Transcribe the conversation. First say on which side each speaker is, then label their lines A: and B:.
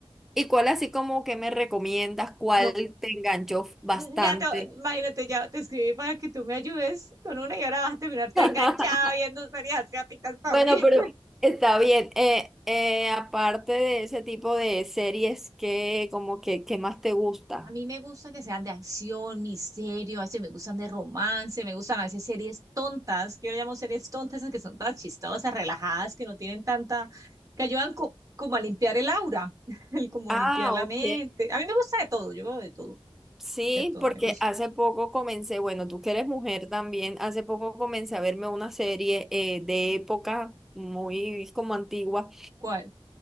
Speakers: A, in the centre; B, on the right.
A: y cuál así como que me recomiendas? ¿Cuál
B: no,
A: te enganchó bastante?
B: Mm, Ya te, imagínate, ya te escribí para que tú me ayudes con una y ahora vas a terminar todo
A: <laughs>
B: enganchada viendo series asiáticas también.
A: Bueno, pero
B: <laughs>
A: está bien. Eh, eh, aparte de ese tipo de series, ¿qué, como que, qué más te gusta?
B: A mí me gusta que sean de acción, misterio, a veces me gustan de romance, me gustan a veces series tontas. Yo le llamo series tontas, esas que son todas chistosas, relajadas, que no tienen tanta, que ayudan co- como a limpiar el aura, <laughs> el como
A: Ah,
B: limpiar la
A: ok.
B: mente. A mí me gusta de todo, yo veo de todo,
A: Sí,
B: de todo,
A: porque
B: me gusta.
A: hace poco comencé, bueno, tú que eres mujer también, hace poco comencé a verme una serie eh, de época muy como antigua.
B: ¿Cuál?